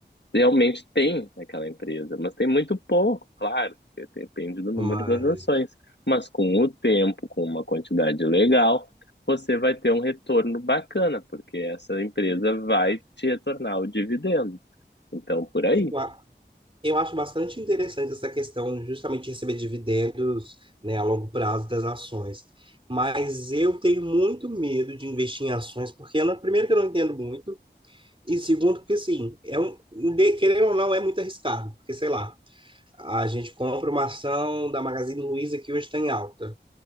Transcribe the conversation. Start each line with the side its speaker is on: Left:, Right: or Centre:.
Left: realmente tem naquela empresa, mas tem muito pouco, claro, porque depende do número
Right: mas
Left: das ações. Mas com o tempo, com uma quantidade legal, você vai ter um retorno bacana, porque essa empresa vai te retornar o dividendo. Então, por aí.
Right: eu, a- eu acho bastante interessante essa questão justamente de receber dividendos, né, a longo prazo das ações. Mas eu tenho muito medo de investir em ações, porque eu não- primeiro que eu não entendo muito, e segundo que assim, é um, um de- querendo ou não, é muito arriscado, porque sei lá, a gente compra uma ação da Magazine Luiza que hoje está em alta.